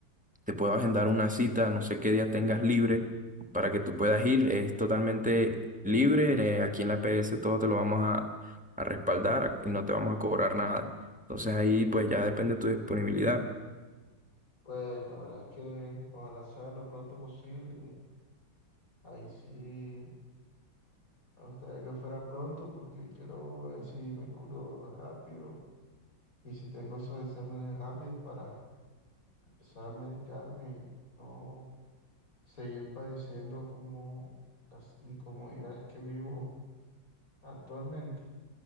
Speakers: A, in the centre; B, on the left.
A: te puedo agendar una cita, no sé qué día tengas libre, para que tú puedas ir. Es totalmente libre, eh, aquí en la PS todo te lo vamos a, a respaldar y no te vamos a cobrar nada. Entonces ahí pues ya depende de tu disponibilidad.
B: Pues la verdad es que ojalá sea lo pronto posible. Ahí sí, me gustaría que fuera pronto porque quiero ver si me curo rápido y si tengo esos exámenes rápidos para empezar a medicarme y no seguir padeciendo como las incomodidades que vivo actualmente.